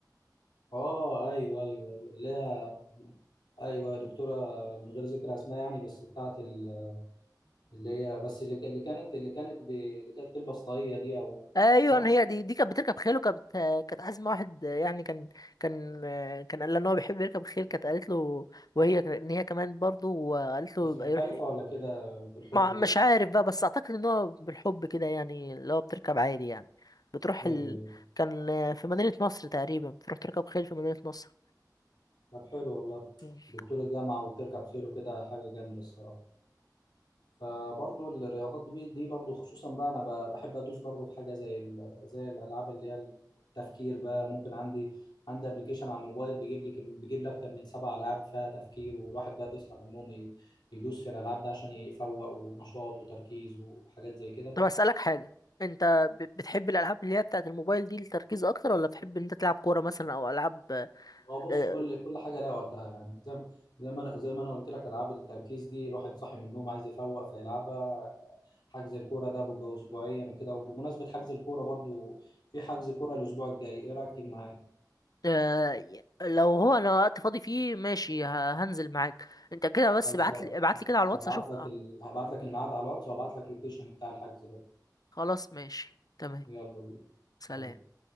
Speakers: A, on the left; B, on the left.
A: اه ايوه ايوه ايوه لا ايوه يا دكتورة من غير ذكر اسماء يعني بس بتاعت ال اللي هي بس اللي, ك- اللي كانت اللي كانت ب... اللي كانت تلبس طاقية دي او
B: ايوه
A: صح
B: هي دي دي كانت بتركب خيل وكانت كانت عازمه واحد يعني كان كان كان قال لها ان هو بيحب يركب خيل كانت قالت له وهي ك- ان هي كمان برضه وقالت له
A: بس
B: يبقى
A: محترفة
B: يروح
A: ولا كده بالحب
B: ما
A: كده
B: مش عارف بقى بس اعتقد ان هو بالحب كده يعني اللي هو بتركب عادي يعني بتروح
A: ايوه
B: ال... كان في مدينه نصر تقريبا بتروح تركب خيل في مدينه نصر
A: طب حلو والله
B: مم.
A: دكتور الجامعة وبتركب خيل وكده حاجة جامدة الصراحة فبرضه الرياضات دي دي برضه خصوصا بقى انا ب- بحب ادوس برضه في حاجة زي ال... زي الالعاب اللي هي التفكير بقى ممكن عندي عندي ابلكيشن على الموبايل بيجيب لك بيجيب لي اكتر من سبع العاب فيها تفكير والواحد بقى بيصحى من النوم ي- يدوس في الالعاب ده عشان يفوق ونشاط وتركيز وحاجات زي كده
B: طب اسالك حاجه انت ب- بتحب الالعاب اللي هي بتاعت الموبايل دي للتركيز اكتر ولا بتحب ان انت تلعب كوره مثلا او العاب
A: هو بص
B: آه،
A: كل كل حاجه لها وقتها يعني زي ما زي ما انا زي ما انا قلت لك العاب التركيز دي الواحد صاحي من النوم عايز يفوق فيلعبها حجز الكوره ده بيبقى اسبوعيا وكده وبمناسبه حجز الكوره برضو في حجز كوره الاسبوع الجاي ايه رايك تيجي معايا
B: آه، لو هو انا وقت فاضي فيه ماشي ه- هنزل معاك انت كده
A: خلصان
B: بس ابعت لي ابعت لي كده على الواتس
A: هبعت
B: اشوف
A: لك
B: آه،
A: ال... هبعت لك الميعاد على الواتس وهبعت لك اللوكيشن بتاع الحجز برضو
B: خلاص ماشي تمام
A: يلا بينا
B: سلام
A: سلام